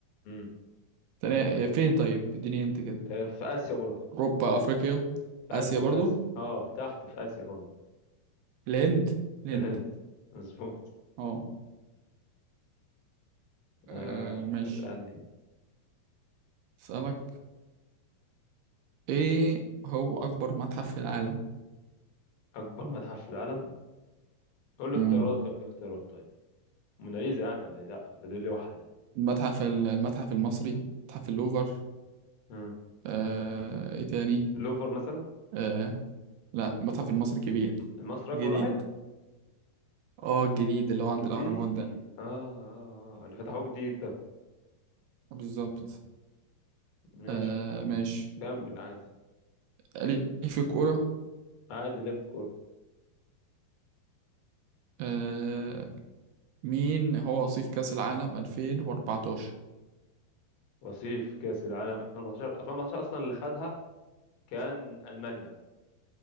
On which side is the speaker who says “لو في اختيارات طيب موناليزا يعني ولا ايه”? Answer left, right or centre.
Left